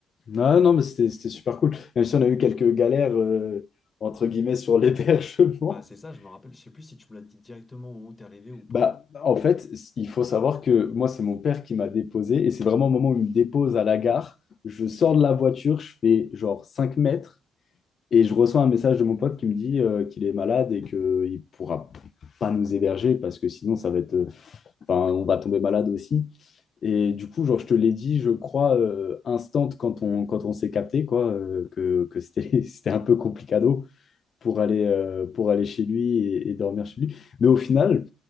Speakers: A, on the left; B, on the left.
A: Non, non, mais c'était c'était super cool. Même si on a eu quelques galères, euh, entre guillemets, sur l'hébergement.
B: Bah, c'est ça,
A: <laughs>
B: je me rappelle. Je sais plus si tu me l'as dit directement au moment où t'es arrivé ou pas.
A: Bah, en fait, c- il faut savoir que moi, c'est mon père qui m'a déposé et c'est vraiment au moment où il me dépose à la gare. Je sors de la voiture, je fais genre 5 mètres et je reçois un message de mon pote qui me dit euh, qu'il est malade et qu'il ne pourra pas nous héberger parce que sinon, ça va être, euh, Enfin, on va tomber malade aussi. Et du coup, genre, je te l'ai dit, je crois, euh, instant quand on, quand on s'est capté, quoi, euh, que, que c'était, <laughs> c'était un peu complicado pour aller, euh, pour aller chez lui et, et dormir chez lui. Mais au final,